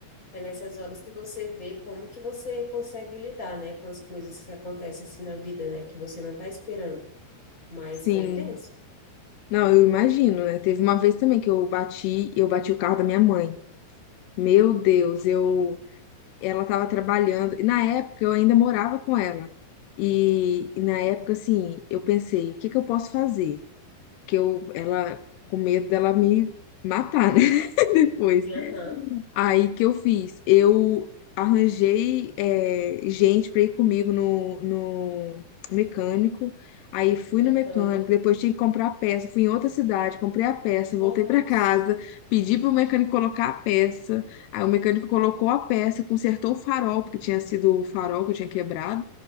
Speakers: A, on the left (about 20°); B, on the left (about 80°).
A: é nessas horas que você vê como que você consegue lidar, né, com as coisas que acontecem assim na vida, né, que você não está esperando, mas
B: Sim.
A: foi tenso.
B: Não, eu imagino, né? Teve uma vez também que eu bati, eu bati o carro da minha mãe. Meu Deus, eu ela estava trabalhando, e na época eu ainda morava com ela. E, e na época, assim, eu pensei, o que que eu posso fazer? Que eu, ela, com medo dela me matar, né, <laughs> depois.
A: Aham,
B: Aí que eu fiz? Eu arranjei eh, gente para ir comigo no, no mecânico. Aí fui no
A: aham.
B: mecânico, depois tinha que comprar a peça. Fui em outra cidade, comprei a peça, voltei
A: Nossa,
B: para casa, pedi pro mecânico colocar a peça. Aí o mecânico colocou a peça, consertou o farol, porque tinha sido o farol que eu tinha quebrado.